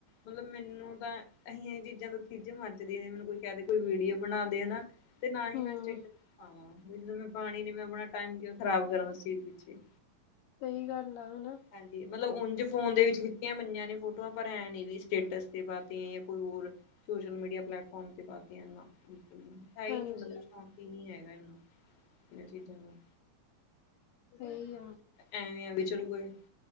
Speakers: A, on the left; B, on the left.
A: ਮਤਲਬ ਮੈਨੂੰ ਤਾਂ ਅਹੀਆਂਆਂ ਚੀਜ਼ਾਂ ਤੋਂ ਖਿੱਚ ਮਚਦੀ ਨੀ ਮੈਨੂੰ ਕੋਈ ਕਹਿ ਕੋਈ ਵੀਡੀਓ ਬਣਾਦੇ ਹੈਨਾ, ਤੇ ਨਾ ਹੀ
B: ਹੂੰ
A: ਮੈਂ ਸ ਜਦੋਂ ਮੈਂ ਪਾਣੀ ਨੀ, ਮੈਂ ਆਪਣਾ ਟਾਇਮ ਕਿਉਂ ਖਰਾਬ ਕਰਾਂ ਉਸ ਚੀਜ਼ ਪੀਛੇ
B: ਸਹੀ ਗੱਲ ਆ ਹਨਾ।
A: ਹਾਂਜੀ ਮਤਲਬ ਉਝ ਫੋਨ ਦੇ ਵਿੱਚ ਖਿੱਚੀਆਂ ਪਈਆਂ ਨੇ ਫੋਟੋਆਂ, ਪਰ ਐ ਨ ਵੀ ਸਟੇਟਸ ਤੇ ਪਾਤੇ ਜਾਂ ਕੋਈ ਹੋਰ ਸੋਸ਼ਲ ਮੀਡੀਆ ਪਲੇੈਟਫਾਰਮ ਤੇ ਪਾਤੀਆਂ ਨਾ। ਬਿਲਕੁਲ ਹੈ ਹੀ
B: ਹਾਂਜੀ
A: ਨੀ ਮਤਲਬ ਸ਼ੌਕ ਹੀ ਨੀ ਹੈਗਾ, ਇਹਨਾਂ ਚੀਜ਼ਾਂ ਦਾ।
B: ਸਹੀ ਏ।
A: ਐਵੇਂ ਆ ਵੀ ਚਲੋ ਕੋਈ